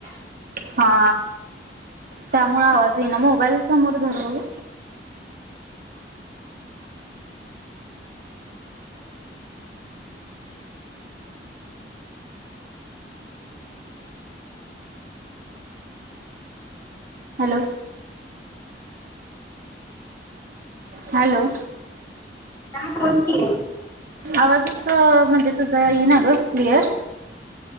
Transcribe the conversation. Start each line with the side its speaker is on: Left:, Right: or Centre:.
Right: हा त्यामुळें आवाज येईना मोबाईल समोर धर बघू हॅलो हॅलो
Left: हा बोल की
Right: आवाजच म्हणजे तुझा ईना ग क्लिअर